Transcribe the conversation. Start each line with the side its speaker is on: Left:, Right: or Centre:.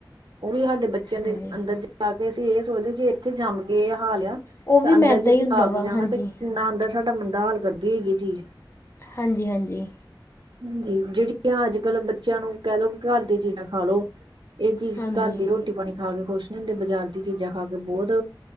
Right: ਉਹ ਵੀ ਸਾਡੇ ਬੱਚਿਆਂ ਦੇ
Left: ਹਾਂਜੀ
Right: ਅੰਦਰ ਜਾ ਕੇ ਅਸੀਂ ਇਹ ਸੋਚਦੇ ਜੇ। ਤੇ ਜੰਮ ਕੇ ਏ ਹਾਲ ਆ ਤੇ
Left: ਉਹ ਵੀ
Right: ਅੰਦਰ
Left: ਮੈਦਾ
Right: ਜੇ ਅਸੀਂ
Left: ਹੀ ਹੁੰਦਾ
Right: ਪਾ
Left: ਵਾ
Right: ਕੇ ਜਾਣਾ
Left: ਹਾਂਜੀ
Right: ਤੇ ਕਿੰਨਾ ਅੰਦਰ। ਸਾਡਾ ਮੰੰਦਾ ਹਾਲ ਕਰਦੀ ਹੈਗੀ ਏ ਚੀਜ਼।
Left: ਹਾਂਜੀ-ਹਾਂਜੀ।
Right: ਹਾਂਜੀ, ਜਿਹੜੀਆਂ ਅੱਜ ਕੱਲ੍ਹ ਬੱਚਿਆਂ ਨੂੰ ਕਹਿ ਲਓ ਘਰ ਦੀਆਂ ਚੀਜ਼ਾਂ ਖਾ ਲਉ। ਇਹ ਚੀਜ਼
Left: ਹਾਂਜੀ
Right: ਘਰ ਦੀ ਰੋਟੀ ਪਾਣੀ ਖਾ ਕੇ ਖੁਸ਼ ਨਹੀਂ ਹੁੰਦੇ ਬਾਜ਼ਾਰ ਦੀ ਚੀਜ਼ਾਂ ਖਾ ਕੇ ਬਹੁਤ।